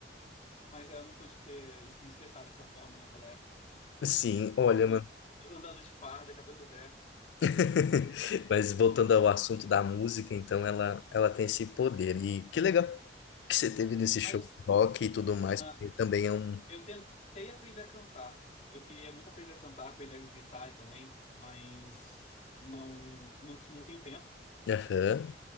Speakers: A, on the left; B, on the left.
A: Mas é, eu não pude ter isso- me expressar dessa forma naquela época.
B: Sim, olha,
A: Né? Eu Andando de farda, cabelo ré.
B: <laughs> Mas voltando ao assunto da música, então ela, ela tem esse poder. E que legal que você teve nesse
A: Mas
B: show
A: os-
B: de rock e tudo mais,
A: aham,
B: porque também é um.
A: eu tentei aprender a cantar. Eu queria muito aprender a cantar, aprender a gritar também, mas não, não, não tenho tempo.
B: Aham.